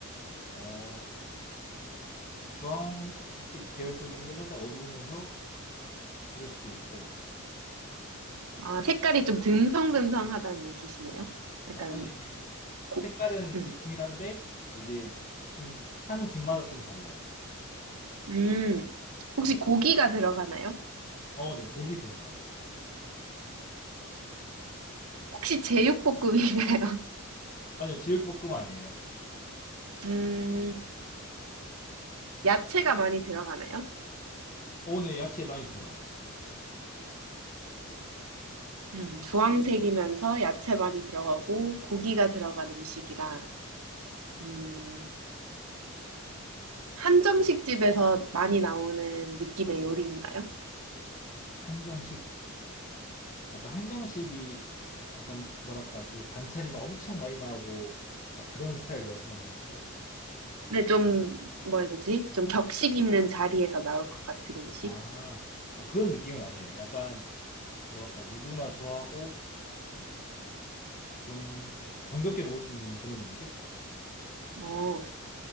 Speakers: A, on the left; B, on the right.
A: 어, 주황빛 계열 쪽인데 살짝 어두우면서 이럴 수도 있고
B: 아,
A: 이게
B: 색깔이
A: 집마다-
B: 좀 듬성듬성하다는 얘기시네요. 약간,
A: 어, 아니 이게
B: 고,
A: 색깔은
B: 음,
A: 이게 동일한데 이제 좀 하는 집마다 좀 달라요.
B: 음, 혹시 고기가 들어가나요?
A: 어, 네 고기 들어가요.
B: 혹시 제육볶음인가요? <laughs>
A: 아니요 제육볶음 아니에요.
B: 음, 야채가 많이 들어가나요?
A: 어, 네 야채 많이 들어가요.
B: 음, 주황색이면서 야채 많이 들어가고 고기가 들어간 음식이라 음.
A: 네.
B: 한정식 집에서 많이 나오는 느낌의 요리인가요?
A: 한정식 약간 한정식이 약간 뭐랄까 그 반찬이 막 엄청 많이 나오고 막 그런 스타일 말씀하시는 걸까요?
B: 근데 좀, 뭐라 해야 되지? 좀 격식 있는 자리에서 나올 것 같은 음식?
A: 아, 아, 그런 느낌은 아니에요. 약간, 뭐랄까, 누구나 좋아하고, 좀, 정겹게 먹을 수 있는 그런 음식?
B: 어,